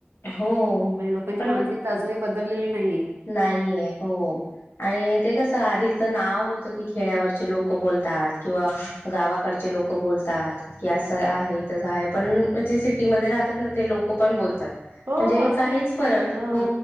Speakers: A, on the left; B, on the right.
A: हो
B: म्हणजे लोकांची
A: पण
B: मानसिक अजूनही बदललेली नाहीये.
A: नाहीये हो.
B: हम्म.
A: आणि ते कसं आधीचं नाव होतं की खेड्यावरचे लोक बोलतात किंवा गावाकडचे लोकं बोलतात. की असं आहे तसं आहे पण जे सिटीमध्ये राहतात ना ते लोक पण बोलतात. म्हणजे
B: हो असं
A: काहीच फरक
B: नाही हा.
A: हो